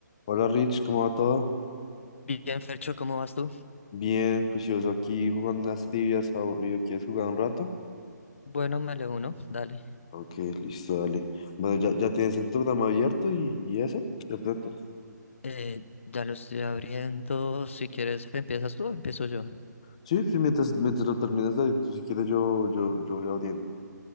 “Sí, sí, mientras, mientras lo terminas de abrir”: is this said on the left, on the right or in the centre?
Left